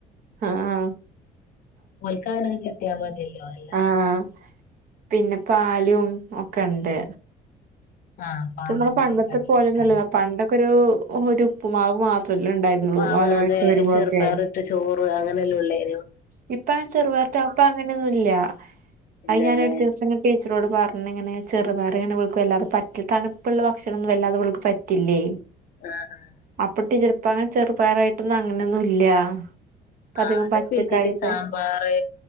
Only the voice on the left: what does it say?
ഓൽക്കങ്ങനെ കിട്ടിയമതില്യോ എല്ലാും
ആഹ് പാലുണ്ട്
കടല
മുട്ടായി
മാവ്
അതെ
ചെറുപ്പയർ ഇട്ട് ചോറ് അങ്ങനെയല്ലേ ഉള്ളേനു
ഇല്ലല്ലേ
ആഹാ ആഹ
ആഹാ
ഇന്നിപ്പ
ഇഡ്ലി സാമ്പാറ്.